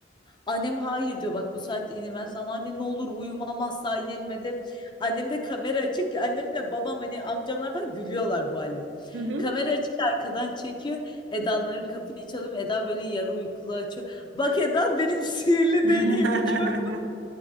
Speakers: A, on the left; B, on the right.
A: Annem hayır diyor bak bu saatte inilmez sana anne ne olur uyumam asla inelim dedim. Annem de kamera açık ki annemle babam hani amcamlar falan gülüyorlar bu hale.
B: Hı hı.
A: Kamera açık arkadan çekiyor. Eda'ların kapıyı çalıyor. Eda böyle yarı uykulu açıyor. Bak Eda benim <laughs> sihirli
B: <laughs>
A: deneyimi gör.